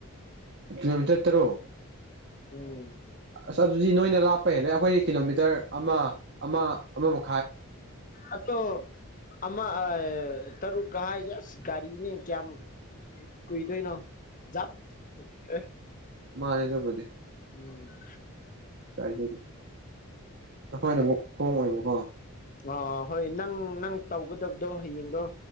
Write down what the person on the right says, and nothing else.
ꯀꯤꯂꯣꯃꯤꯇꯔ ꯇꯔꯨꯛ
ꯑꯁ ꯑꯗꯨꯗꯤ ꯅꯣꯏꯅ ꯂꯥꯞꯄ ꯍꯦꯜꯂꯦ ꯑꯩꯈꯣꯏꯒꯤ ꯀꯤꯂꯣꯃꯤꯇꯔ ꯑꯃ ꯑꯃ ꯑꯃꯃ
ꯃꯥꯅꯦꯑꯗꯨꯕꯨꯗꯤ
ꯀꯥꯏꯖꯗꯦ ꯑꯩꯈꯣꯏꯅ ꯑꯃꯨꯛ ꯍꯣꯡꯉꯣꯏꯕꯀꯣ